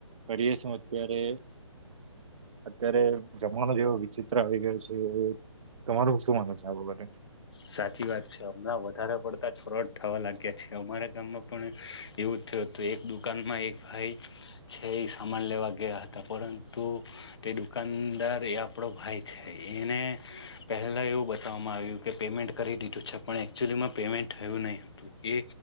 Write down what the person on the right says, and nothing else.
કરીએ શું અત્યારે અત્યારે જમાનો જેવો વિચિત્ર આવી ગયો છે તમારું શું માનો છે આ વગરે